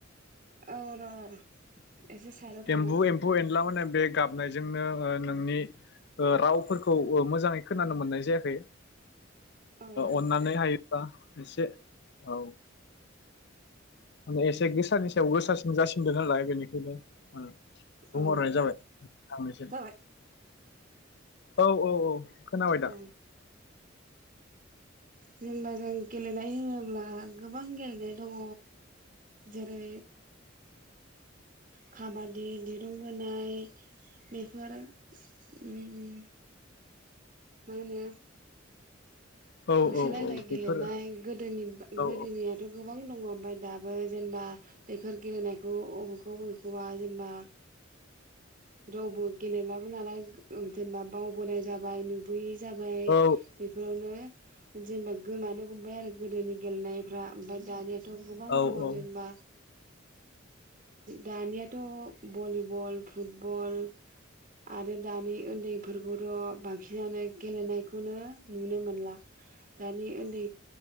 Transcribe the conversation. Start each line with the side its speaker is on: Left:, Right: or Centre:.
Right: औ र। एसे साइडआव थांना
Left: एम्बु एम्फौ एनला माने बे गाब नाय जोंनो ओ नोंनि रावफोरखौ मोजाङै खोनानो मोननाय जायाखै
Right: औ र'
Left: अन्नानै हायोबा एसे औ माने एसे गोसानि सायाव गोसासिन जासिनदों नालाय बेनिखायनो बुंहरनाय
Right: औ
Left: जाबाय हामबायसै
Right: जाबाय
Left: औ औ औ खोनाबाय दा
Right: औ जेनबा जों गेलेनाय होनोब्ला गोबां गेलेनाय दङ जेरै खाबादि दिरुं बोनाय बेफोर उय मा होनो
Left: औ
Right: होसोलायनाय
Left: औ औ
Right: गेलेनाय
Left: बेफोर
Right: गोदोनि
Left: औ
Right: गोदोनियाथ गोबां दङ बाय दाबो। जेनबा बेफोर गेलेनायखौ अबेखौ अबेखौबा जेनेबा रावबो गेलेलाबो नालाय जेनेबा बावबोनाय जाबाय नुबियि जाबाय
Left: औ
Right: बेफोरावनो जेनेबा गोमानो हमबाय आरो गोदोनि गेलेनायफ्रा ओमफ्राय दानिया थ गोबां
Left: औ
Right: दङ
Left: औ
Right: जेनेबा दानियाथ' भलिबल फुटबल आरो दानि उन्दैफोरखौथ' बांसिनानो गेलेनायखौनो नुनो मोनला दानि ओन्दै